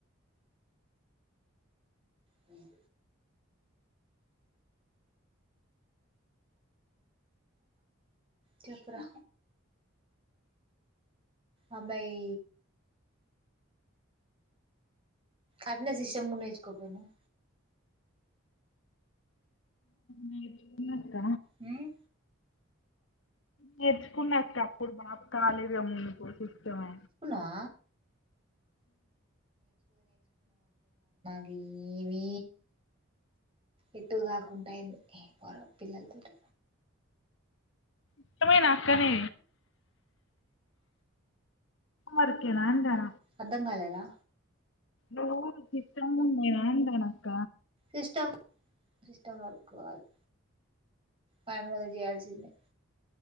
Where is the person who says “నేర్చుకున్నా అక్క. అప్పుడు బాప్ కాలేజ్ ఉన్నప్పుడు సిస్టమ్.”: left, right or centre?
Left